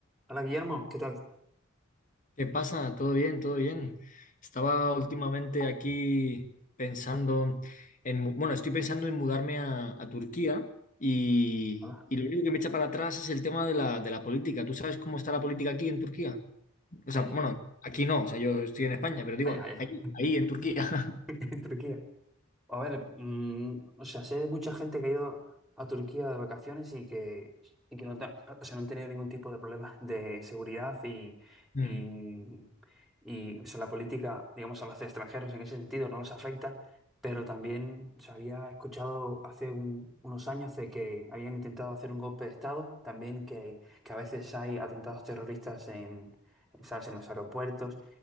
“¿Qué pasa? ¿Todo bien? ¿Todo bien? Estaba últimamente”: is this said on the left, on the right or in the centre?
Left